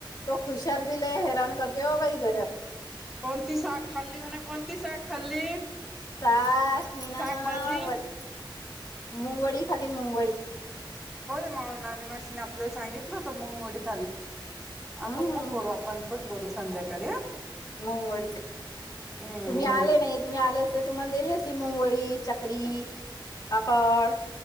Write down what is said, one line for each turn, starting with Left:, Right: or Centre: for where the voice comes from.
Left: तो खुशहाल भी लय हैरान करते हो भाई घरात.
Centre: कोणती शक खाल्ली म्हणा कोणती शख खाल्ली.
Left: सास मीना
Centre: साग भाजी
Left: वट मुंगवळी खाली मुंगवळी.
Centre: मा ना आणि माशीने आपल्याला सांगितलं तर मंगवडी खाल्ली
Left: हम्म
Centre: आपप करू आपण पण करू संध्याकाळी हा.
Left: म वडी
Centre: हम्म
Left: तुम्ही
Centre: मुंगवडी.
Left: आले नाही, तुम्ही आले अस तुम्हाला दिलेसी मुंगवडी, चकरी. तापलं.